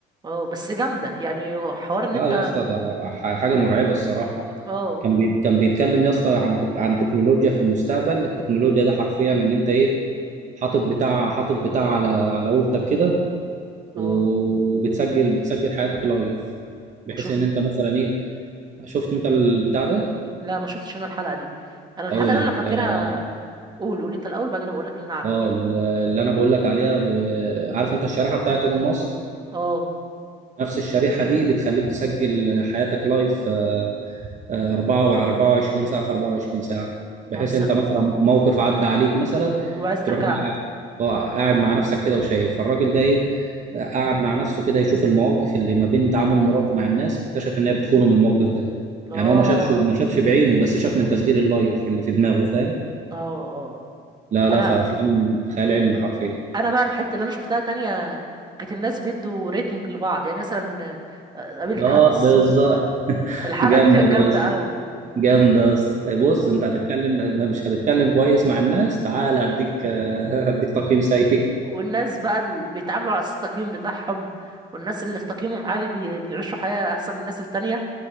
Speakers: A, on the right; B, on the right.
A: اه بس جامده يعني حوار ان
B: اه
A: انت
B: يا اسطى ده ح- حاجه مرعبه الصراحه
A: اه
B: كان بي... كان بيتكلم يا اسطى عن تك... عن تكنولوجيا في المستقبل التكنولوجيا ده حرفيا ان انت ايه حاطط بتاع حاطط بتاع على على اورتك كده وبتسجل
A: اه
B: بتسجل حياتك لايف بحيث
A: مش شفت
B: ان انت مثلا ايه شفت انت البتاع ده
A: لا ما شفتش انا الحلقه دي انا الحلقه
B: او ال-
A: اللي انا فاكرها
B: اه
A: قول قول انت الاول بعدين انا بقول لك اللي انا عارفها
B: آه، ال- اللي انا بقول لك عليها ب... عارف انت الشريحه بتاعت ايلون ماسك
A: اه
B: نفس الشريحه دي بتخليك تسجل حياتك لايف آه، أربعة 24 ساعة في 24 ساعة بحيث
A: بس
B: أنت مثلا موقف عدى عليك مثلا
A: وعايز ترجع
B: تروح جاي
A: له
B: قاع- قاعد مع نفسك كده وشايف فالراجل ده إيه آه، قاعد مع نفسه كده يشوف المواقف اللي ما بين تعامل مراته مع الناس فاكتشف إن هي بتخونه من الموقف ده
A: اه
B: يعني هو ما شافش ما شافش بعينه بس شاف من تسجيل اللايف اللي في دماغه فاهم
A: اه اه
B: لا لا
A: انا
B: فأفلام خيال علمي حرفيا
A: انا بقى الحته اللي انا شفتها تانية كانت الناس بيدوا ريتنج لبعض يعني مثلا آه، قابلت
B: اه
A: حد الصبح
B: بالظبط <laughs>
A: الحلقه
B: جامدة
A: دي كانت
B: دي
A: جامده قوي
B: جامدة يا اسطى بص انت هتتكلم ما مش هتتكلم كويس مع الناس تعال هديك آه، هديك تقييم سيء
A: والناس بقى اللي بيتعاملوا على أساس التقييم بتاعهم والناس اللي في تقييمهم عالي بي... بيعيشوا حياة أحسن من الناس التانية